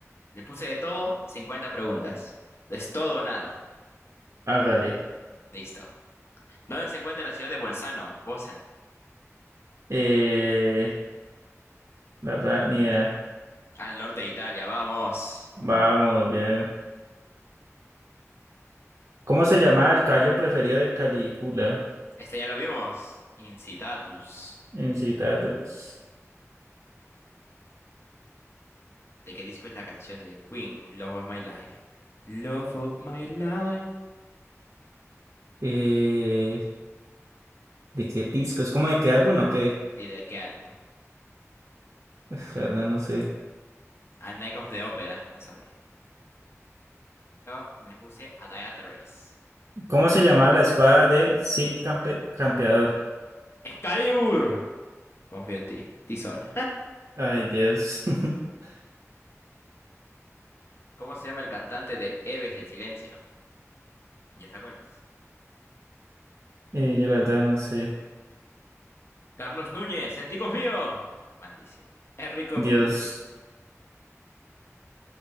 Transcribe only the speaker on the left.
Le puse de todo, 50 preguntas. Es todo o nada.
Listo. ¿Dónde se encuentra la ciudad de Bolzano, Bosen?
Al norte de Italia, vamos.
Este ya lo vimos. Incitatus.
¿De qué disco es la canción de Queen, Love of My Life? Love of My Life.
Sí, ¿de qué álbum?
A Night of the Opera, no sabía. Yo le puse A Day at the Race.
¡Excalibur! Confío en ti, Tizona.
<laughs> ¿Cómo se llama el cantante de Héroes del Silencio? Ya sé cuál es.
Carlos Núñez, en ti confío. Maldición. Enrico
Bumburi.